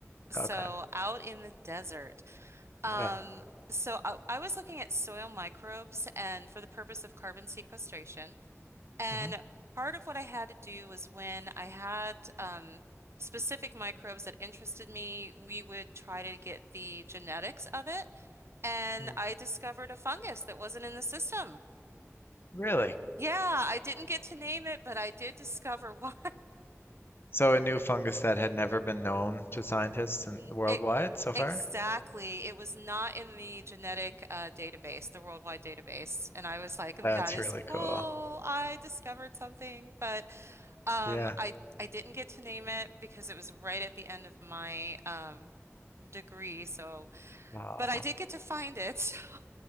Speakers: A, on the right; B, on the left.
A: So
B: Okay.
A: out in the desert. Um,
B: Yeah.
A: so I, I was looking at soil microbes and for the purpose of carbon sequestration. And
B: hmm
A: part of what I had to do was when I had um, specific microbes that interested me, we would try to get the genetics of it. And
B: hmm.
A: I discovered a fungus that wasn't in the system.
B: Really?
A: Yeah, I didn't get to name it, but I did discover <laughs> one.
B: So a new fungus that had never been known to scientists in,
A: N-
B: worldwide
A: It,
B: so
A: exactly.
B: far?
A: It was not in the genetic uh, database, the worldwide database. And I was like, that
B: That's
A: is
B: really
A: cool.
B: cool.
A: I discovered something. But um,
B: Yeah.
A: I, I didn't get to name it because it was right at the end of my um, degree. So,
B: Wow,
A: but I did get to find it. <laughs>